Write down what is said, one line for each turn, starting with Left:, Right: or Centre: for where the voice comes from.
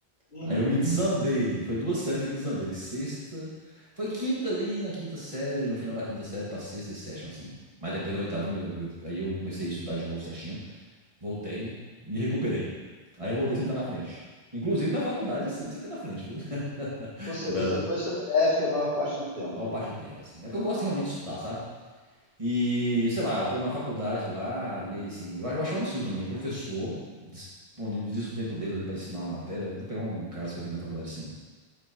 Left: Uhum.
Right: Aí eu me desandei. Foi duas séries que eu me desandei. Sexta. Foi quinta ali, na quinta série, no final da quinta série, pra sexta e sétima, assim. Mas depois na oitava, me- eu- aí eu comecei a estudar de novo certinho. Voltei, me recuperei. Aí eu voltei a sentar na frente. Inclusive na faculdade eu sempre sentei na frente, viu? <laughs>
Left: Ou seja,
Right: Eu era
Left: você foi
Right: a
Left: CDF a maior parte do tempo.
Right: maior parte do tempo, assim. É porque eu gosto realmente de estudar, sabe? E, sei lá, eu tô na faculdade lá, e aí, assim, eu, eu acho um absurdo também. O professor disponibiliza o tempo dele ali pra ensinar uma matéria. Vou pegar um caso que eu vi na faculdade, assim.